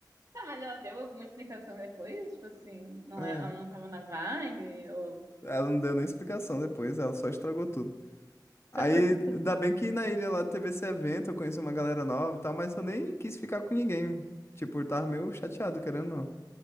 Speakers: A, on the right; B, on the left.
A: Tá, mas ela deu alguma explicação depois? Tipo assim, não
B: Ai.
A: é, ela não tava na vibe? Ou
B: Ela não deu nem explicação depois, ela só estragou tudo. Aí,
A: só estragou tudo?
B: ainda bem que na ilha lá teve esse evento, eu conheci uma galera nova e tal, mas eu nem quis ficar com ninguém. Tipo, eu tava meio chateado, querendo ou não.